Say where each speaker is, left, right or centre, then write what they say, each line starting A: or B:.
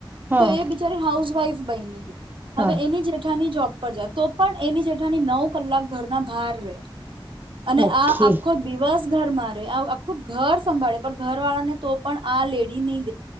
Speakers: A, on the right (about 20°); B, on the right (about 70°).
A: હા
B: તો એ બિચારે હાઉસ વાઈફ. બયની છે. હવે
A: હા
B: એની જેઠાની જોબ પર જાય તો પણ. એની જેઠવાની નવ કલાક ઘરના બહાર રે. અને
A: ઓકે
B: આ આખો દિવસ ઘર મા ર આ. ઘર સંભાળે પણ ઘર વાળા ને તો પણ આ લેડી. હી.